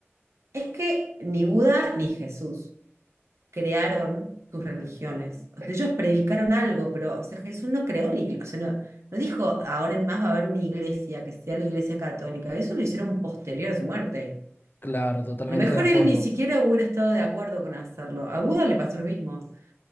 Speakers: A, on the right; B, on the left.
A: es que ni Buda ni Jesús crearon sus religiones. O sea, ellos predicaron algo, pero o sea, Jesús no creó la iglesia. O sea, no, no dijo, ahora en más va a haber una iglesia que sea la iglesia católica. Eso lo hicieron posterior a su muerte.
B: Claro, totalmente
A: A lo mejor
B: de acuerdo.
A: él ni siquiera hubiera estado de acuerdo con hacerlo. A Buda le pasó lo mismo.